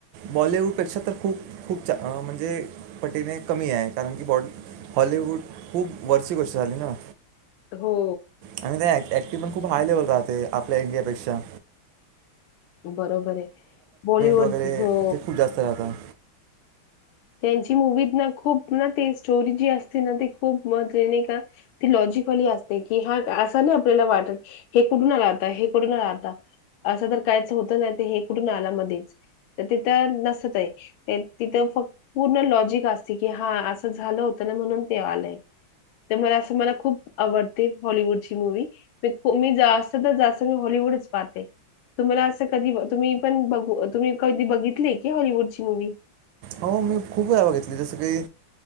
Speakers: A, on the right; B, on the left.
A: बॉलिवूड पेक्षा तर खूप खूप चा अ म्हणजे पटीने कमी आहे, कारण की बॉ हॉलिवूड खूप वरची गोष्ट झाली ना.
B: हो.
A: आणि ते ऍ ऍक्टिंग पण खूप हाय लेवल राहते, आपल्या इंडिया पेक्षा.
B: बरोबर आहे, बॉलिवूड
A: वगैरे
B: हो.
A: ते खूप जास्त राहतं
B: त्यांची मूवीत ना खूप ना ते स्टोरी जी असते ना ते खूप म्हणजे नाय का ते लॉजिक कली असते, की हा असं नाही आपल्याला वाटत, हे कुठून आलं आता हे कुठून आलं आता? असं तर काहीच होत नाही तर हे कुठून आला मध्येच, तर तिथं नसतंय, ते तिथं फक् पूर्ण लॉजिक असते, की हा असं झालं होतं ना म्हणून ते आलंय. तर मला असं मला खूप आवडते हॉलवूडची मूवी, मी जास्त तर जास्त मी हॉलिवु वुडच पाहते. तुम्हाला असं कधी तुम्ही पण बघु, तुम्ही कधी बघितले की हॉलिवूडची मूवी?
A: हो मी खूप वेळा बघितली जसं की